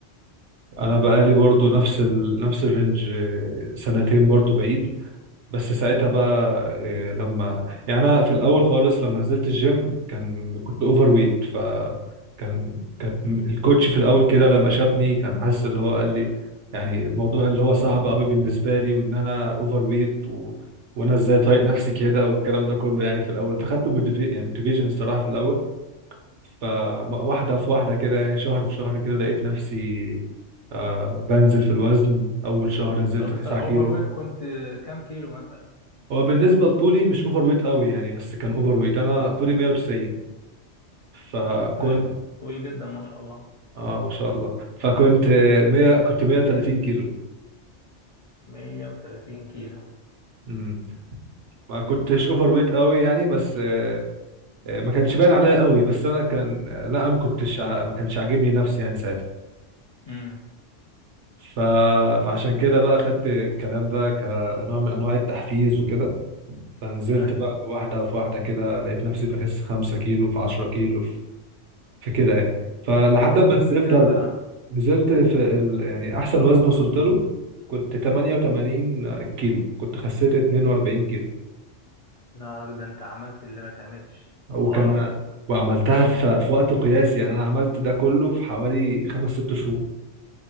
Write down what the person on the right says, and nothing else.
انا بقالي برضو نفس ال... نفس الرينج آه، سنتين برضو بعيد بس ساعتها بقى آه، لما يعني انا في الاول خالص لما نزلت الجيم كان كنت اوفر ويت ف كان كان الكوتش في الاول كده لما شافني كان حاسس اللي هو قال لي يعني الموضوع اللي هو صعب قوي بالنسبه لي وان انا اوفر ويت و... وانا ازاي طايق نفسي كده والكلام ده كله يعني في الاول فخدت موتيفي... يعني موتيفيشن الصراحه في الاول فواحدة في واحدة كده يعني شهر في شهر كده لقيت نفسي آه بنزل في الوزن أول شهر نزلت
9
كيلو
هو بالنسبة لطولي مش أوفر ويت قوي يعني بس كان أوفر ويت أنا طولي 190 فكنت
آه ما شاء الله فكنت 100 كنت 130 كيلو
امم ما كنتش اوفر ويت قوي يعني بس آه، آه، ما كانش باين عليا قوي بس انا كان آه، لا انا ما كنتش ع- ما كانش عاجبني نفسي يعني ساعتها
ف... فعشان كده بقى خدت الكلام ده كنوع من انواع التحفيز وكده فنزلت
بقى واحده في واحده كده لقيت نفسي بخس 5 كيلو في 10 كيلو في, في كده يعني فلحد
ما
نزلت
أر-
نزلت في ال... يعني احسن وزن وصلت له كنت 88 كيلو كنت خسيت 42 كيلو
وكان
وعملتها في... في وقت قياسي يعني انا عملت ده كله في حوالي خمس ست شهور